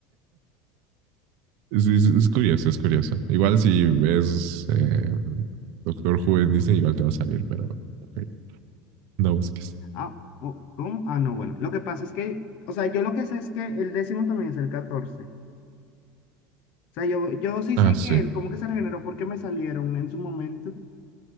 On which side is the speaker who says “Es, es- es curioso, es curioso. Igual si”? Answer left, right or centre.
Right